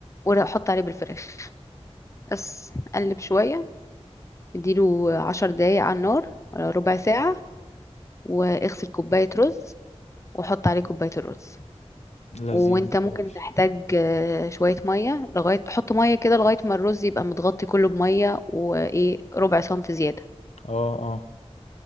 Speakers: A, on the left; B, on the left.
A: واحط عليه بالفراخ بس اقلب شويه اديله عشر دقايق على النار ولا ربع ساعه واغسل كوبايه رز وحط عليه كوبايه الرز
B: لذيذ
A: وانت ممكن
B: قوي
A: تحتاج آه، شويه ميه لغايه حط ميه كده لغايه ما الرز يبقى متغطي كله بميه وايه ربع سنتي زياده
B: اه اه